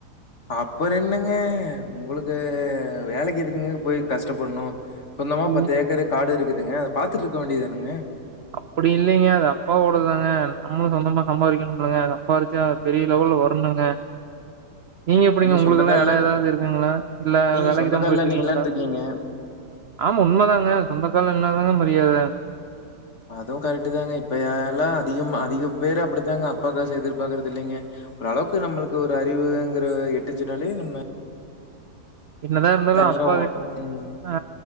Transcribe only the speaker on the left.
அப்பற என்னங்க உங்களுக்கு வேலைக்கு எதுக்குங்க போய் கஷ்டப்படணும் சொன்னமா
பத்து ஏக்கரு காடு இருக்கு ங்க அதை பாத்துட்டு இருக்க வேண்டியதானுங்க
சொந்த கால்ல
நீங்க
சொந்த
கால்ல
நிக்கலான்னு இருக்கீங்க.
அதுவும் கரெக்ட் தாங்க இப்பல்லாம் அதிகம் அதிக பேரு அப்படித்தாங்க அப்பாக் காசுஎதிர்பாக்கறது இல்லைங்க ஓரளவுக்கு நம்மளுக்கு ஒரு அறிவுங்கிற எட்டுச்சுனாலே நம்ம
தனியா
ஓ ம்.